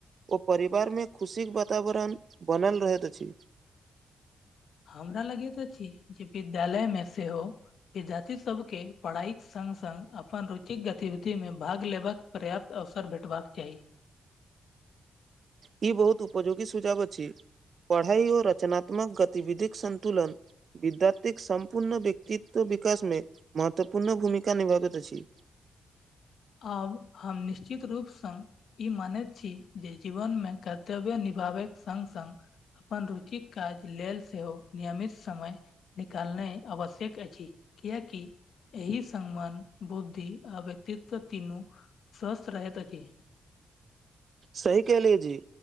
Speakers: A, on the right; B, on the left.
A: ओ परिवार मे खुशीक वातावरण बनल रहैत अछि
B: हमरा लगेत अछि जे विद्यालय मे सेहो विद्यार्थी सबके पढ़ाइक सङ्ग सङ्ग अपन रुचिक गतिविधिमे भाग लेबाक पर्याप्त अवसर भेटबाक चाही
A: ई बहुत उपयोगी सुझाव अछि पढ़ाइ ओ रचनात्मक गतिविधिक सन्तुलन विद्यार्थीक सम्पूर्ण व्यक्तित्व विकासमे महत्वपूर्ण भूमिका निभाबैत अछि।
B: आब हम निश्चित रूपसँ ई मानैत छी जे जीवन मे कर्तव्य निभाबैके सङ्ग सङ्ग अपन रुचिक काज लेल सेहो नियमित समय निकालनाइ आवश्यक अछि किएकि एहि सम्मान बुद्धि आ व्यक्तित्व तीनू सस्त रहैत अछि।
A: सही कहलिय जी